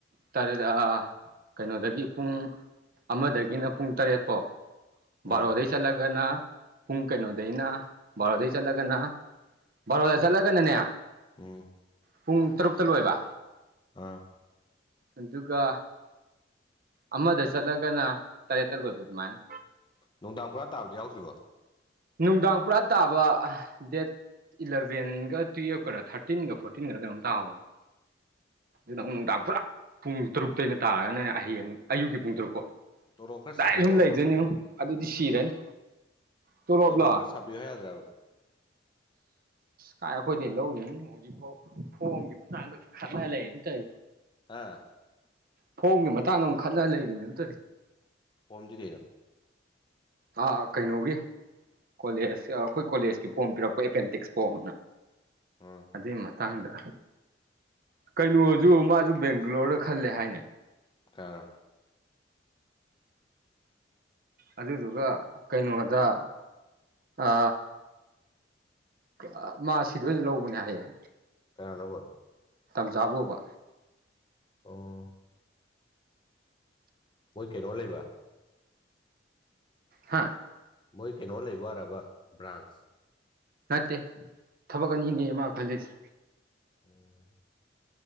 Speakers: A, on the right; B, on the left.
A: ꯇꯔꯦꯠ ꯀꯩꯅꯣꯗꯒꯤ ꯄꯨꯡ ꯑꯃꯗꯒꯤꯅ ꯄꯨꯡ ꯇꯔꯦꯠ ꯐꯥꯎ
B: ꯎꯝ
A: ꯕꯥꯔꯣꯗꯒꯤꯩ ꯆꯠꯂꯒꯅ ꯄꯨꯡ ꯀꯩꯅꯣꯗꯒꯤꯩꯅ ꯕꯥꯔꯣꯗꯩ ꯆꯠꯂꯒꯅ ꯕꯥꯔꯣꯗ ꯆꯠꯂꯒꯅꯅꯦ
B: ꯎꯝ
A: ꯄꯨꯡ ꯇꯔꯨꯛꯇ ꯂꯣꯏꯕ
B: ꯑꯥ
A: ꯑꯗꯨꯒ ꯑꯃꯗ ꯆꯠꯂꯒꯅ ꯇꯔꯦꯠꯇ ꯂꯣꯏꯕ ꯑꯗꯨꯃꯥꯏꯅ
B: ꯅꯨꯡꯗꯥꯡ ꯄꯨꯔꯥ ꯇꯥꯕꯗꯤ ꯌꯥꯎꯗ꯭ꯔꯤꯕꯣ
A: ꯅꯨꯡꯗꯥꯡ ꯄꯨꯔꯥ ꯇꯥꯕ ꯗꯦꯠ ꯏꯂꯚꯦꯟꯒ ꯇꯨꯌꯦꯜꯞꯀꯔꯥ ꯊꯥꯔꯇꯤꯟꯒ ꯐꯣꯔꯇꯤꯟꯒꯔ ꯀꯩꯅꯣꯝ ꯇꯥꯍꯧ
B: <unintelligible>
A: ꯑꯗꯨ ꯅ ꯑꯃꯨꯛ ꯅꯨꯡꯗꯥꯡ ꯄꯨꯔꯥ ꯄꯨꯡ ꯇꯔꯨꯛꯇꯇꯩꯩꯅ ꯇꯥꯔꯒꯅꯦꯅꯦ ꯍꯌꯦꯡ ꯑꯌꯨꯛꯀꯤ ꯄꯨꯡ ꯇꯔꯨꯛꯄ
B: ꯇꯣꯂꯣꯞ ꯈꯔ
A: ꯂꯥꯏ
B: ꯁꯥꯕꯤꯌꯨ
A: ꯁꯨꯝ
B: ꯌꯥꯗ꯭ꯔꯣ
A: ꯂꯩꯗꯣꯏꯅꯤ ꯑꯗꯨꯗꯤ ꯁꯤꯔꯅꯤ ꯇꯂꯕꯂ
B: ꯇꯣꯂꯣꯞ ꯈꯔ ꯁꯥꯕꯤꯌꯨ ꯌꯥꯗ꯭ꯔꯕ
A: ꯀꯥꯏ ꯑꯩꯈꯣꯏꯗꯩ ꯂꯧꯔꯤ ꯍꯧꯖꯤꯛꯐꯥꯎ ꯐꯣꯡꯝꯒꯤ ꯃꯇꯥꯡꯗꯗꯤ ꯈꯠꯅ ꯂꯩ ꯇꯧ
B: ꯍꯥꯥ
A: ꯐꯣꯝꯒꯤ ꯃꯇꯥꯡꯗ ꯑꯃꯨꯛ ꯈꯠꯅ ꯂꯩꯔꯤꯅꯦꯕ ꯇꯧꯔꯤ
B: ꯐꯣꯝꯗꯤ ꯀꯩꯅꯣ
A: ꯑꯥ ꯀꯩꯅꯣꯒꯤ ꯀꯣꯂꯦꯖ ꯑꯩꯈꯣꯏ ꯀꯣꯂꯦꯖꯀꯤ ꯐꯣꯝ ꯄꯤꯔꯛꯄ ꯑꯦꯄꯦꯟꯗꯤꯛꯁ ꯐꯣꯝꯅ
B: ꯎꯝ
A: ꯑꯗꯨꯏ ꯃꯇꯥꯡꯗ ꯀꯩꯅꯣꯁꯨ ꯃꯥꯁꯨ ꯕꯦꯡꯒꯂꯣꯔꯗ ꯈꯜꯂꯦ ꯍꯥꯏꯅꯦ
B: ꯀꯔꯣ
A: ꯑꯗꯨꯗꯨꯒ ꯀꯩꯅꯣꯗ ꯑ ꯎ ꯃꯥ ꯁꯤꯗ ꯑꯣꯏꯅ ꯂꯧꯕꯅꯦ ꯍꯥꯏꯌꯦꯦ
B: ꯌꯥꯅꯕ
A: ꯇꯥꯟꯖꯥ ꯄꯕ
B: ꯑꯣ ꯃꯣꯏ ꯀꯩꯅꯣ ꯂꯩꯕ
A: ꯍꯥꯥ
B: ꯃꯣꯏ ꯀꯩꯅꯣ ꯂꯩꯕ ꯑꯔꯕ ꯕ꯭ꯔꯥꯟꯁ
A: ꯅꯠꯇꯦ ꯊꯕꯛ ꯑꯅꯤꯅꯦ ꯃꯥ ꯈꯜꯂꯤꯁꯦ
B: ꯎꯝ